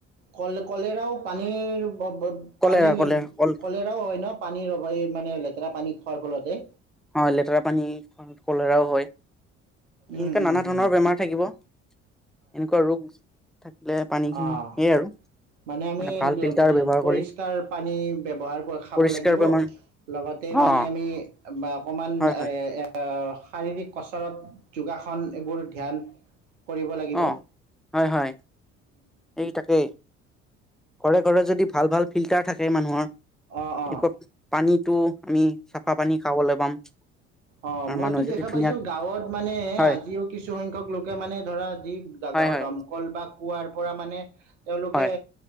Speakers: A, on the right; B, in the centre.
A: কল কলেৰাও পানীৰ
B: কলেৰা
A: পানীৰ
B: কলেৰা কল
A: কলেৰাও হয় ন পানীৰ অঁ মানে লেতেৰা পানী খোৱাৰ ফলতে
B: হয় লেতেৰা পানী কলেৰাও হয়
A: উম
B: এনে
A: উম
B: নানা
A: উম
B: ধৰণৰ বেমাৰ থাকিব এনেকুৱা ৰোগ থাকিলে পানীখিনি
A: অঁ
B: সেয়ে আৰু
A: মানে আমি
B: ভাল ফিল্টাৰ ব্যৱহাৰ
A: পৰিষ্কাৰ
B: কৰি
A: পানী ব্যৱহাৰ কৰি খাব
B: পৰিষ্কাৰ
A: লাগিব
B: পৰিমাণ
A: লগতে
B: অ
A: মানে আমি বা অকণমান
B: হয় হয়
A: এ এ শাৰীৰিক কচৰৎ যোগাসন এইবোৰ ধ্যান কৰিব লাগিব
B: অঁ, হয়, হয়। এই তাকেই ঘৰে ঘৰে যদি ভাল ভাল ফিল্টাৰ থাকে মান নোৱাৰো
A: অঁ অঁ
B: এনেকুৱা পানীত টু আমি চাফা পানী খাবলৈ পাম
A: অ
B: আৰু
A: মইতো
B: মানুহে
A: দেখা
B: যদি ধুনীয়াকে
A: পাইছো গাঁৱত মানে
B: হয়
A: আজিও কিছুসংখ্যক লোকে মানে ধৰা যি
B: হয়
A: গাঁৱৰ
B: হয়
A: দমকল বা কুৱাৰ পৰা মানে তেওঁলোকে
B: হয়